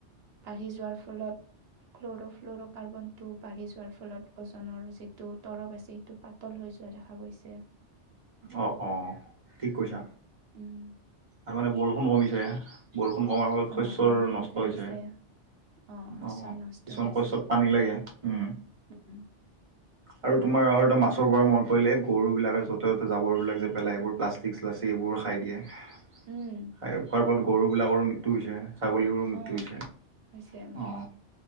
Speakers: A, on the right; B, on the right.
A: বাঢ়ি যোৱাৰ ফলত- ক্ল'ৰ' ফ্ল'ৰ' কাৰ্বনটো বাঢ়ি যোৱাৰ ফলত, অ'জনৰ যিটো তৰপ আছে, সেইটো- পাতল হৈ যোৱা দেখা গৈছে।
B: অঁ অঁ' ঠিক কৈছা।
A: উম উম'।
B: আৰু মানে বৰষুণ কমিছে, বৰষুণ কমাৰ ফলত
A: অ'
B: শস্যৰ
A: বৰষুণ
B: নষ্ট
A: কমিছে
B: হৈছে।
A: অ' শস্যৰ
B: অঁ' কিছুমান
A: নষ্ট হৈছে
B: শস্যত পানী লাগে, উম।
A: উম
B: আৰু তোমাৰ আৰু এটা মাছৰ পৰা মনত পৰিলে, এই গৰু বিলাকে য'ত- য'ত-ত'তে জাবৰবিলাক যে পেলাই, এইবোৰ প্লাষ্টিক চ্লাষ্টিক এইবোৰ খাই দিয়ে। খাই
A: উম
B: খোৱাৰ- ফলত গৰুবিলাকৰো মৃত্যু হৈছে, ছাগলীৰো মৃত্যু
A: অ'
B: হৈছে অঁ'।
A: হৈছে উম